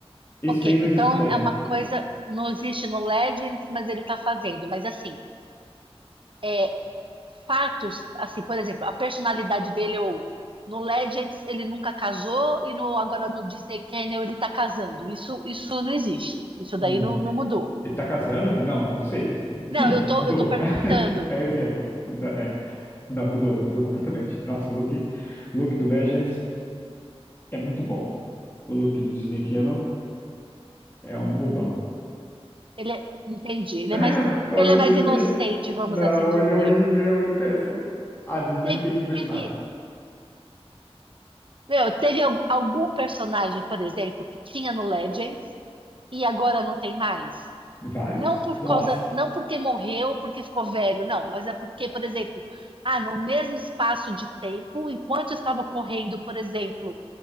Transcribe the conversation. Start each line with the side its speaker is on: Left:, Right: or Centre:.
Left: Esse
Right: Ok.
Left: daí não
Right: Então
Left: existe no Legends,
Right: é uma
Left: por
Right: coisa.
Left: exemplo.
Right: Não existe no Legends, mas ele tá fazendo. Mas assim, é, fatos, assim, por exemplo, a personalidade dele ou no Legends ele nunca casou e no, agora no Disney Channel ele tá casando. Isso, isso não existe. Isso
Left: No
Right: daí
Left: Dis-
Right: não, não mudou.
Left: Ele tá casando? Não, não sei.
Right: Não,
Left: Sim,
Right: eu tô,
Left: mudou.
Right: eu tô perguntando.
Left: <laughs> É um exemplo. Na- é. Não, mudou, mudou completamente. Nossa, o look, o look do Legends é muito bom. O look do Disney Canon é um bobão.
Right: Ele é, entendi,
Left: <laughs>
Right: ele é mais,
Left: Olha
Right: ele é
Left: por
Right: mais inocente,
Left: quê.
Right: vamos
Left: Não,
Right: assim dizer.
Left: ele é horrível, ele é péssimo. A Disney
Right: Teve,
Left: não entende personagem.
Right: teve, meu, teve al- algum personagem, por exemplo, que tinha no Legends e agora não tem mais.
Left: Vários.
Right: Não por
Left: Nossa,
Right: causa, não porque morreu, porque ficou velho, não, mas é porque, por exemplo, ah, no mesmo espaço de tempo, enquanto estava correndo, por exemplo,